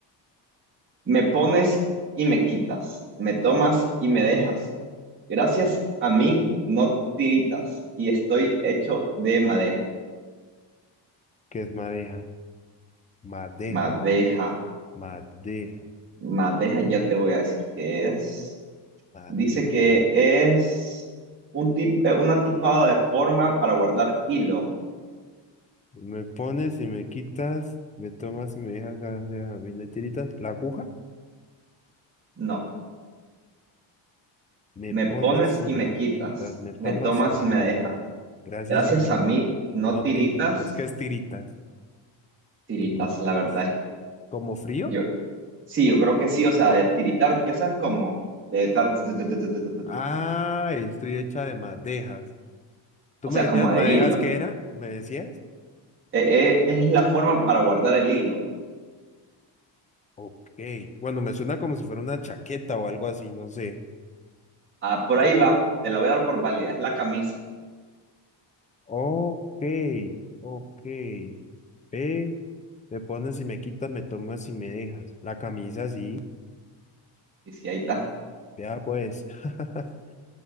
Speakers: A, on the right (about 25°); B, on the left (about 15°).
A: me pones y me quitas, me tomas y me dejas. Gracias a mí no tiritas y estoy hecho de madeja.
B: ¿Qué es madeja, madeja,
A: Madeja,
B: madeja,
A: madeja, ya te voy a decir qué es.
B: madeja.
A: Dice que es un tip, eh, una tipada de forma para guardar hilo.
B: Me pones y me quitas, me tomas y me dejas, gracias a mí no hay tiritas. La aguja,
A: No,
B: me
A: me
B: pones
A: pones
B: y
A: y
B: me
A: me quitas,
B: quitas, me tomas
A: me tomas
B: y me
A: y
B: dejas,
A: me dejas.
B: gracias
A: Gracias
B: a mí,
A: a mí no
B: no
A: tiritas.
B: tiritas, es que es tiritas,
A: Tiritas,
B: tiritas.
A: la verdad
B: ¿Como frío?
A: Yo, sí, yo creo que sí, o sea, de tiritar, ya sabes cómo, de tar, tu, tu, tu, tu, tu, tu, tu, tu,
B: Ah, estoy hecha de madejas. ¿Tú
A: o
B: me
A: sea,
B: decías
A: como de
B: madejas
A: hilo.
B: qué era? ¿Me decías?
A: Eh, eh, es la forma para guardar el hilo.
B: Ok. Bueno, me suena como si fuera una chaqueta o algo así, no sé.
A: Ah, por ahí va, te la voy a dar por válida, es la camisa.
B: Ok, ok. Ve, me pones y me quitas, me tomas y me dejas. La camisa sí.
A: Y sí, ahí está,
B: Vea pues. <laughs>